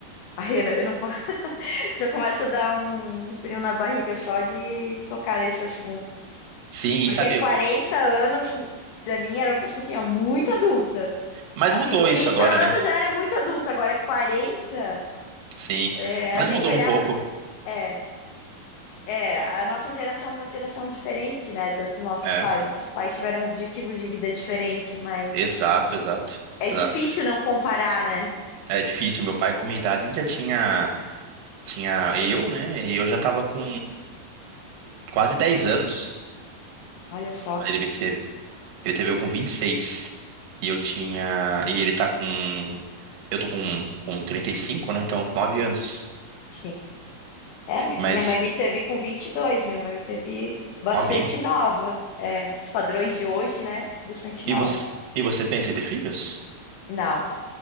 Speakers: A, on the left; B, on the right.
A: Aí eu não, eu não posso. <laughs> Já começa a dar um frio na barriga só de tocar nesse assunto.
B: Sim,
A: Porque
B: e sabe, eu-
A: 40 anos, pra mim, era uma pessoa assim, ó, muito adulta.
B: mas
A: Assim,
B: mudou
A: 30
B: isso agora,
A: anos
B: né?
A: já era muito adulta, agora 40,
B: Sim,
A: é,
B: mas
A: a gente
B: mudou
A: olhava.
B: um pouco.
A: é, É, a nossa geração é uma geração diferente, né, das dos nossos
B: é.
A: pais. Nossos pais tiveram objetivos de vida diferente, mas
B: Exato, exato,
A: é
B: exato.
A: difícil não comparar, né?
B: É difícil. Meu pai, com minha idade, ele já tinha, tinha eu, né? E eu já tava com quase 10 anos
A: Olha só,
B: quando ele me teve. Ele teve eu com vinte E seis e eu tinha. E ele tá com. Eu tô com, com 35, né? Então, 9 anos.
A: sim. É, mi-
B: Mas,
A: minha mãe me teve com 22. minha mãe me teve bastante
B: novinha.
A: nova. É, os padrões de hoje, né, é bastante
B: E
A: nova.
B: você, e você pensa em ter filhos?
A: Não,